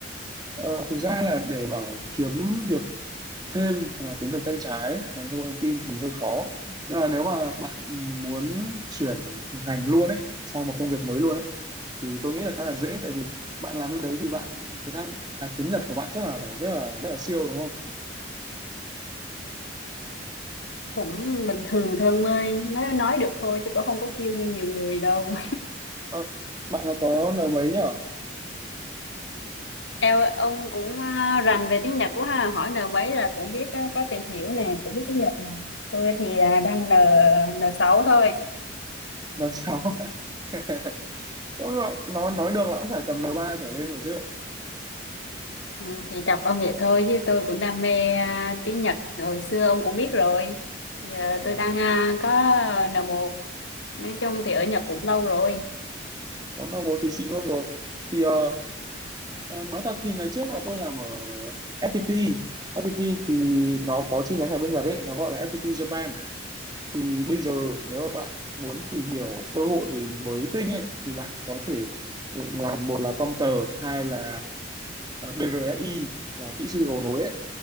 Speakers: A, on the right (about 20°); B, on the left (about 80°).
A: Ờ, thực ra là để bảo kiếm việc thêm hoặc là tiếng Việt tay trái ngành công nghệ thông tin thì hơi khó nhưng mà nếu mà bạn muốn chuyển ngành luôn ấy sang một công việc mới luôn ấy thì tôi nghĩ là khá là dễ tại vì bạn làm bên đấy thì bạn tiếng Anh à, tiếng Nhật của bạn chắc là phải rất là rất là siêu đúng không
B: cũng bình thường thôi ông ơi nói nói được thôi chứ cũng không có siêu như nhiều người đâu
A: ờ, bạn là có N mấy nhở
B: Eo, ông cũng à, rành về tiếng Nhật quá ha, hỏi N mấy là cũng biết á, có tìm hiểu nè, cũng biết tiếng Nhật nè. Tôi thì à, đang N n sáu thôi.
A: N sáu <laughs> đúng rồi nói nói được là cũng phải tầm N ba trở lên rồi chứ
B: Ừ, thì chọc ông vậy thôi chứ tôi cũng đam mê à, tiếng Nhật hồi xưa ông cũng biết rồi. Giờ
A: Ờ,
B: tôi đang à, có n một Nói chung thì ở Nhật cũng lâu rồi.
A: có N một thì xịn luôn rồi thì ờ, Ờ, nói thật thì ngày trước là tôi làm ở FPT FPT thì nó có chi nhánh ở bên Nhật ấy nó gọi là FPT Japan thì bây giờ nếu mà bạn muốn tìm hiểu cơ hội mới tinh ấy thì bạn có thể làm một là Comter hai là ờ, BRSI là kỹ sư cầu nối ấy